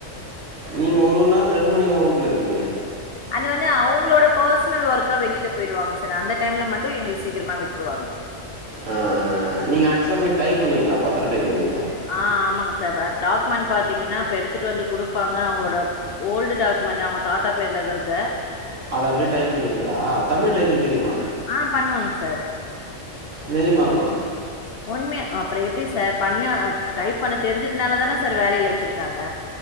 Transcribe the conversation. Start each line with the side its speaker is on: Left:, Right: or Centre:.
Right: நீங்க ஒரு ஒரு நாள் ரெண்டு மணிக்கிலா வூட்ல இருக்கீங்ளே
Left: அது வந்து அவுங்ளோட பர்ச்னல் ஒர்க்கா வெளியில போயிடுவாங்க சார் அந்த டைம்ல மட்டு எங்ளு சீக்கிரமா விட்ருவாங்க
Right: ஆ ஆ ஆ நீங்க ஆக்சுவலா போய் டைப் பண்ணுவிங்ளா பத்தர டைப் பண்ணுவீங்ளா
Left: ஆ ஆமாங்க சார் டாக்குமெண்ட் பாத்தீங்கன்னா இப்ப எடுத்துட்டு வந்து குடுப்பாங்க அவுங்ளோட ஓல்டு டாக்குமெண்ட் அவுங்க தாத்தா பேர்ல எதர்தே
Right: அத அப்டியே டைப் பண்ணுவீங்ளா தமிழ் டைப்பிங்
Left: அண்ட் ஃபுல்
Right: தெரியுமா
Left: ஆ பண்ணுவங் சர்
Right: நெஜ்மாலுமா
Left: உண்மே அப்புற எப்டி சார் பண்ண டைப் பண்ண தெரிஞ்சதுனால தானே சார் வேலையில வச்சிருக்காங்க